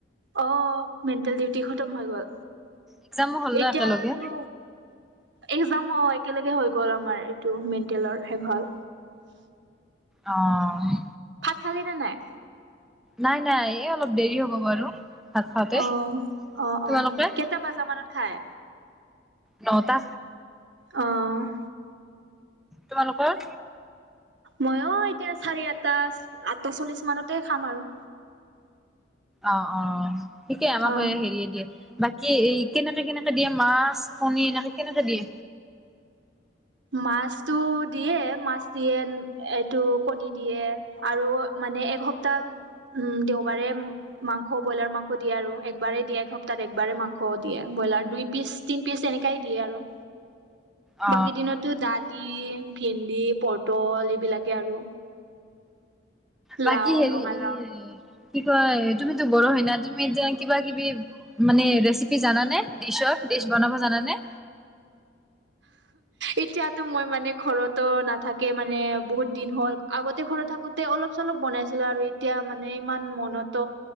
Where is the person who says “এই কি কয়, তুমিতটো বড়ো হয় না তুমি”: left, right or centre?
Centre